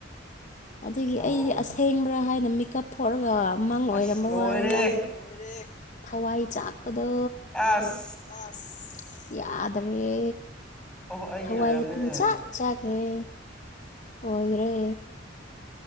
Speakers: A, on the left; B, in the centre.
A: ꯑꯗꯨꯒꯤ
B: ꯑꯣ
A: ꯑꯩꯗꯤ
B: ꯑꯣ
A: ꯑꯁꯦꯡꯕ꯭ꯔꯥ ꯍꯥꯢꯅ ꯃꯤꯀꯞ ꯊꯣꯛꯑꯒ ꯃꯪ ꯑꯣꯢꯔꯝꯕ
B: ꯑꯁ ꯂꯣꯏꯔꯦ
A: ꯋꯥꯅꯤꯗ ꯂꯣꯢꯔꯦ ꯊꯋꯥꯢ ꯆꯥꯛꯄꯗꯣ
B: ꯑꯁ
A: ꯑ ꯌꯥꯗꯔꯦ
B: ꯑꯣꯍꯣ ꯑꯩꯒꯤ
A: ꯊꯋꯥꯢꯖꯦ
B: ꯑꯣꯏꯔꯝꯃꯤꯅꯦ
A: ꯄꯨꯡꯆꯥꯛ ꯆꯥꯛꯈ꯭ꯔꯦ ꯑꯣꯢꯒ꯭ꯔꯦ